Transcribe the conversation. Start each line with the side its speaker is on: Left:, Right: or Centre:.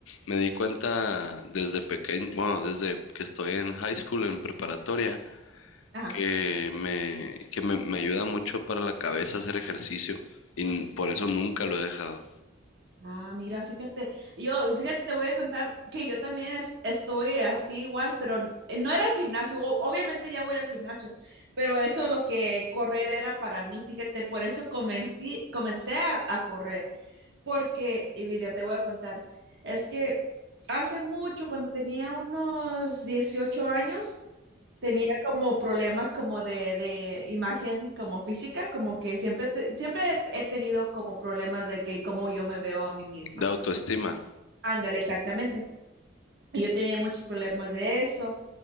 Left: Me di cuenta desde pequeño, bueno, desde que estoy en high school, en preparatoria,
Right: ajá.
Left: que me, que me, me ayuda mucho para la cabeza hacer ejercicio. Y n- por eso nunca lo he dejado.
Right: Ah, mira, fíjate, yo, fíjate, te voy a contar que yo también es- estoy así igual, pero n- eh, no era el gimnasio, o- obviamente ya voy al gimnasio, pero eso lo que correr era para mí, fíjate, por eso comencé, comencé a, a correr, porque, y mira, te voy a contar, es que hace mucho, cuando tenía unos 18 años, tenía como problemas como de, de imagen, como física, como que siempre, te- siempre he tenido como problemas de que como yo me veo a mí misma.
Left: De autoestima.
Right: Ándale, exactamente. Y Yo tenía muchos problemas de eso